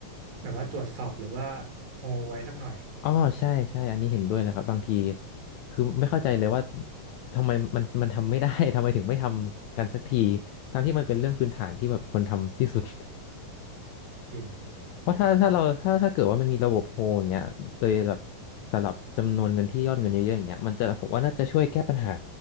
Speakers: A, on the right; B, on the left.
A: แบบว่าตรวจสอบหรือว่าโฮไว้สักหน่อย
B: อ๋อใช่ใช่อันนี้เห็นด้วยเลยครับบางทีคือไม่เข้าใจเลยว่าทำไมมัน <laughs> มันทำไม่ได้ <laughs> ทำไมถึงไม่ทำกันสักทีทั้งที่มันเป็นเรื่องพื้นฐานที่แบบคนทำที่สุด
A: จริง
B: เพราะถ้าถ้าเราถ้าถ้าเกิดว่ามันมีระบบโฮอย่างเงี้ยโดยแบบสำหรับจำนวนเงินที่ยอดเงินเยอะๆอย่างเงี้ยมันจะผมว่าน่าจะช่วยแก้ปัญหา